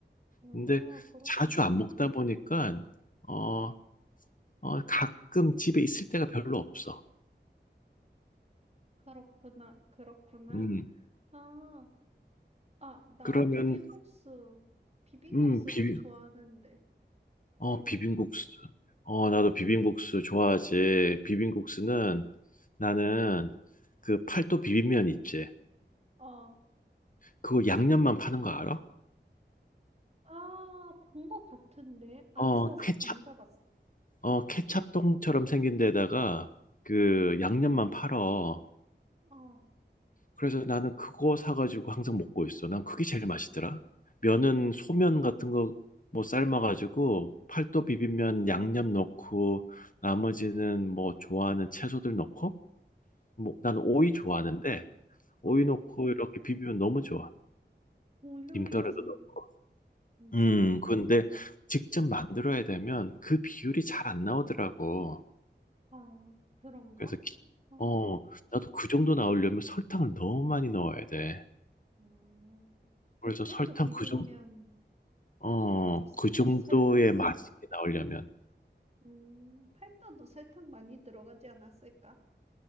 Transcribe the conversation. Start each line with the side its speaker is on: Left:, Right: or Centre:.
Right: 어
Left: 근데
Right: 그렇구나.
Left: 자주 안 먹다 보니까, 어, 어, 가끔 집에 있을 때가 별로 없어.
Right: 그렇구나, 그렇구나.
Left: 음,
Right: 아. 아, 나
Left: 그러면,
Right: 비빔국수, 비빔국수도
Left: 음, 비빔,
Right: 좋아하는데,
Left: 어,
Right: 너는?
Left: 비빔국수. 어, 나도 비빔국수 좋아하지. 비빔국수는 나는 그 팔도 비빔면 있지.
Right: 어,
Left: 그거 양념만 파는 거 알아?
Right: 아, 본 것 같은데? 안
Left: 어,
Right: 사서,
Left: 케찹,
Right: 안 사봤어.
Left: 어, 케찹통처럼 생긴 데다가 그 양념만 팔어.
Right: 어,
Left: 그래서 나는 그거 사가지고 항상 먹고 있어. 난 그게 제일 맛있더라. 면은
Right: 음,
Left: 소면 같은 거 뭐 삶아가지고 팔도 비빔면
Right: 음,
Left: 양념 넣고 나머지는 뭐 좋아하는 채소들 넣고 뭐 난 오이 좋아하는데
Right: 어,
Left: 오이
Right: 어,
Left: 넣고 이렇게 비비면 너무 좋아.
Right: 국룰이지.
Left: 김가루도 넣고.
Right: 음.
Left: 음, 근데 직접 만들어야 되면 그 비율이 잘 안 나오더라고.
Right: 아, 그런가?
Left: 그래서 기-
Right: 어,
Left: 어 나도 그 정도 나오려면 설탕을 너무 많이 넣어야 돼.
Right: 음, 그
Left: 그래서
Right: 팔도
Left: 설탕
Right: 비빔면,
Left: 그 정, 어,
Right: 너
Left: 그 정도의
Right: 설탕,
Left: 맛있게 나오려면.
Right: 음, 팔도도 설탕 많이 들어가지 않았을까?